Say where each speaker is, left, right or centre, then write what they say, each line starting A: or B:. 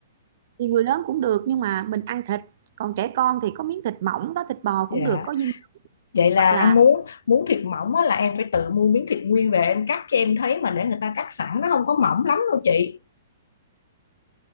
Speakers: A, on the right (about 55°); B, on the left (about 70°).
A: thì người lớn cũng được nhưng mà mình ăn thịt còn trẻ con thì có miếng thịt mỏng đó thịt bò
B: Dạ,
A: cũng được có dinh
B: vậy là
A: hoặc là
B: ăn muốn muốn thịt mỏng á, là em phải tự mua miếng thịt nguyên về em cắt cho em thấy mà để người ta cắt sẵn nó không có mỏng lắm đâu chị.